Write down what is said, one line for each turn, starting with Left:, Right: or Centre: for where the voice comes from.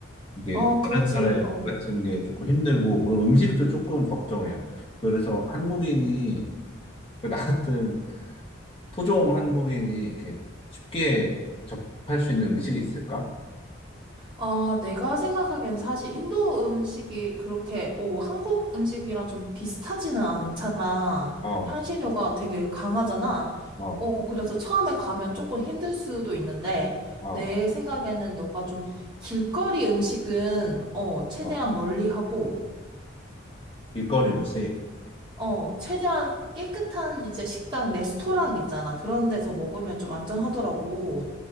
Left: 이게
Right: 어, 그렇지.
Left: 다른 나라의
Right: 어.
Left: 물 같은 게 조금 힘들고, 그리고 음식도 조금 걱정이야. 그래서 한국인이, 나 같은 토종 한국인이 이렇게 쉽게 접할 수 있는 음식이 있을까?
Right: 아, 내가 생각하기엔 사실 인도 음식이 그렇게, 오, 한국 음식이랑 좀 비슷하지는 않잖아.
Left: 어,
Right: 향신료가 되게 강하잖아.
Left: 어,
Right: 오, 그래서 처음에 가면 조금 힘들 수도 있는데,
Left: 어,
Right: 내 생각에는 너가 좀 길거리 음식은, 어, 최대한
Left: 어.
Right: 멀리 하고,
Left: 길거리 음식,
Right: 어, 최대한 깨끗한 이제 식당, 레스토랑 있잖아. 그런 데서 먹으면 좀 안전하더라고.